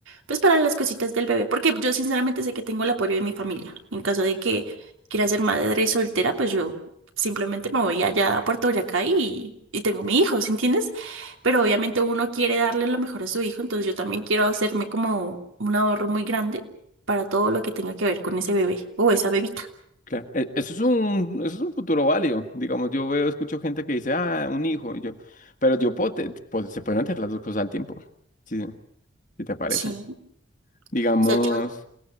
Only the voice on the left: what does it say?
Claro. E- Eso es un, eso es un futuro válido. Digamos, yo veo, escucho gente que dice, ah, un hijo, y yo, pero yo puedo, te- pues se pueden hacer las dos cosas al tiempo. Sí, sí, si te parece.
Digamos,